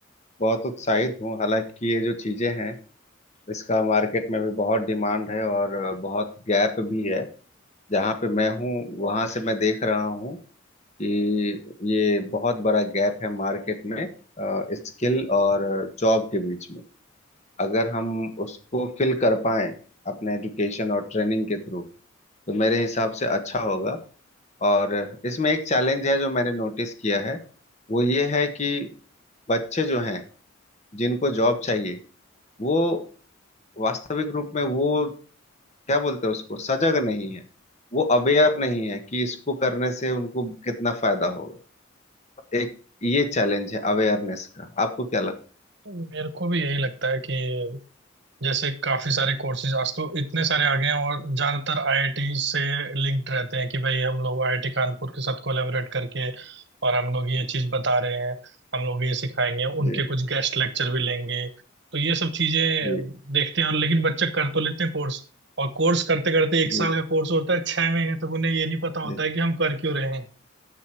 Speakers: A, on the left; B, on the right.
A: बहुत उत्साहित हूँ हालांकि ये जो चीज़ें हैं इसका मार्केट में भी बहुत डिमांड है और बहुत गैप भी है जहाँ पे मैं हूँ वहाँ से मैं देख रहा हूँ कि ये बहुत बड़ा गैप है मार्केट में स्किल और जॉब के बीच में अगर हम उसको फिल कर पाए अपने एजुकेशन और ट्रेनिंग के थ्रू तो मेरे हिसाब से अच्छा होगा और इसमें एक चैलेंज है जो मैंने नोटिस किया है वो ये है कि बच्चे जो हैं जिनको जॉब चाहिए वो वास्तविक रूप में वो क्या बोलते हैं उसको सजग नहीं है वो अवेयर नहीं है कि इसको करने से उनको कितना फायदा होगा एक ये चैलेंज है अवेयरनेस का आपको क्या लगता
B: मेरे को भी यही लगता है कि जैसे काफी सारे कोर्सेज आज तो इतने सारे आ गए हैं और ज्यादातर आईआईटी से लिंक्ड रहते हैं कि भाई हम लोग आईआईटी कानपुर के साथ कोलैबोरेट करके और हम लोग ये चीज बता रहे हैं हम लोग ये सिखाएंगे
A: है
B: उनके
A: जी
B: कुछ गेस्ट लेक्चर भी लेंगे तो ये सब चीजें
A: जी
B: देखते हैं और लेकिन बच्चे कर तो लेते हैं कोर्स और कोर्स करते करते एक
A: जी
B: साल का कोर्स होता है छह महीने तक उन्हें ये नहीं पता होता
A: जी
B: है कि हम कर क्यों रहे हैं